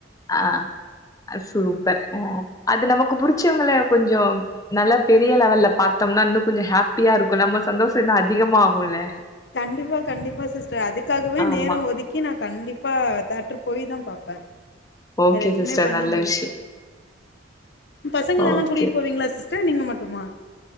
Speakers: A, on the left; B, on the left.
A: ஆ சூப்பர் ஆ அது நமக்கு புடிச்சவங்கள கொஞ்சோ நல்லா பெரிய லெவல்ல பாத்தோம்னா இன்னு கொஞ்சோ ஹாப்பியா இருக்கு நம்ம சந்தோஷோ இன்னு அதிகமா ஆகுல்ல
B: கண்டிப்பா கண்டிப்பா சிஸ்டர் அதுக்காகவே
A: ஆமா
B: நேர ஒதுக்கி நா கண்டிப்பா தே ட்ரு போயி தா பாப்பே
A: ஓகே
B: வெற எதுவுமே
A: சிஸ்டர்
B: பண்ண
A: நல்ல
B: முடியு
A: விஷயோ
B: அ பசங்கள எல்லா
A: ஓகே
B: கூட்டிட்டு போவீங்களா சிஸ்டர் நீங்க மட்டுமா